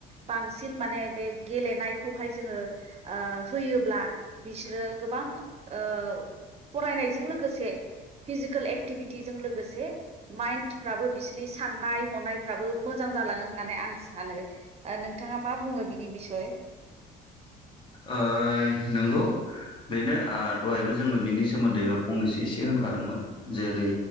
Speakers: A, on the right; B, on the left.
A: बांसिन माने बे गेलेनायखौहाय जोङो ओ होयोब्ला बिसोरो गोबां ओ फरायनायजों लोगोसे फिजिकेल एक्टिभिटिजों लोगोसे माइन्दफ्राबो बिसोरनि साननाय हनायफ्राबो मोजां जालाङो होननानै आं सानो ओ नोंथाङा मा बुङो बिनि बिसय?
B: ओयै नंगौ। बेनो ओ दहायबो जोङो बिनि सोमोन्दै फंनैसो ओ एसे होनखादोंमोन जेरै